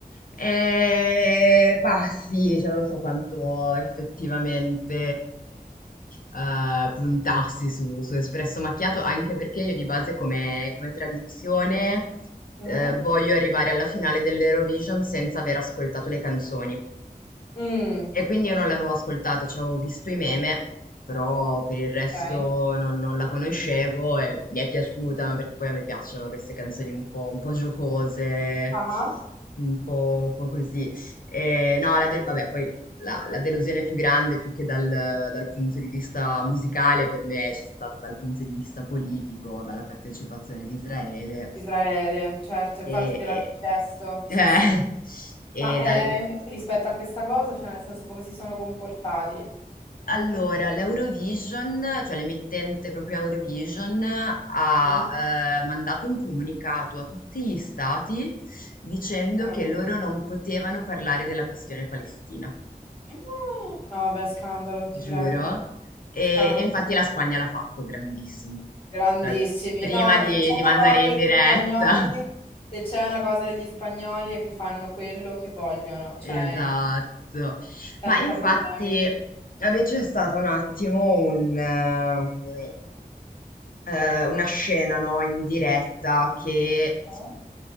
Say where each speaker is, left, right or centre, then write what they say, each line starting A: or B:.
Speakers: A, on the left (about 65°); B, on the left (about 35°).
A: E bah, sì, cioè non so quanto effettivamente eh, puntassi su, su espresso macchiato, anche perché io di base come, come tradizione
B: Mhm.
A: eh, voglio arrivare alla finale dell'Eurovision senza aver ascoltato le canzoni.
B: Mm,
A: E quindi io non l'avevo ascoltata, cioè avevo visto i meme, però per il resto
B: Ok.
A: non, non la conoscevo e mi è piaciuta ma perché poi a me piacciono queste canzoni un po', un po' giocose,
B: Ah.
A: un po', un po' così. E, no, la del- vabbè, poi la, la delusione più grande, più che dal, dal punto di vista musicale, per me c'è stata dal punto di vista politico, dalla partecipazione di Israele
B: Israele, certo, infatti
A: e,
B: te l'avevo
A: e-
B: chiesto, sì,
A: eh, <laughs>
B: sì. Ma
A: e
B: eh,
A: dal,
B: invece rispetto a questa cosa, cioè nel senso come si sono comportati?
A: Allora, l'Eurovision, cioè l'emittente proprio Eurovision, ha
B: Mhm.
A: eh, mandato un comunicato a tutti gli stati dicendo
B: Ah.
A: che loro non potevano parlare della questione Palestina,
B: No, vabbè, scandalo,
A: giuro.
B: ti prego.
A: E,
B: Scandalo.
A: e infatti la Spagna l'ha fatto grandissimi,
B: Grandissimi.
A: cioè prima
B: No,
A: di,
B: se c'è
A: di
B: una
A: mandare
B: cosa
A: in
B: degli
A: diretta.
B: spagnoli,
A: <laughs>
B: se c'è una cosa degli spagnoli è che fanno quello che vogliono, cioè
A: Esatto.
B: senza
A: Ma infatti,
B: problemi.
A: vabbè, c'è stato un attimo un, ehm, eh, una scena, no, in diretta che
B: Ah.